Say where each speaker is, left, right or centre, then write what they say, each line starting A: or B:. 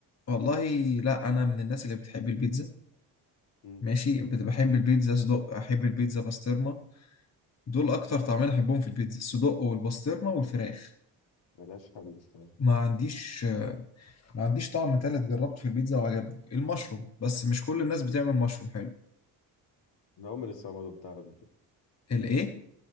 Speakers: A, on the left; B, on the left.
A: والله لا انا من الناس اللي بتحب البيتزا
B: مم.
A: ماشي بت- بحب البيتزا صدق احب البيتزا بسطرمه دول اكتر طعمين احبهم في البيتزا الصدق والبسطرمه والفراخ
B: ملهاش حل الصراحة
A: ما عنديش ما عنديش طعم تالت جربته في البيتزا وعجبني المشروم بس مش كل الناس بتعمل
B: مم.
A: مشروم حلو
B: أنا عمري الصراحة ما دقتها قبل كده
A: الايه